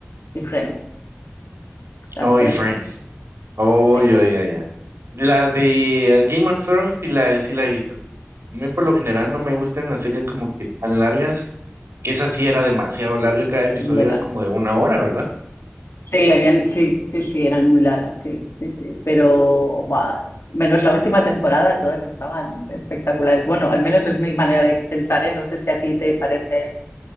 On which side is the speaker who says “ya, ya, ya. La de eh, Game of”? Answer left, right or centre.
Right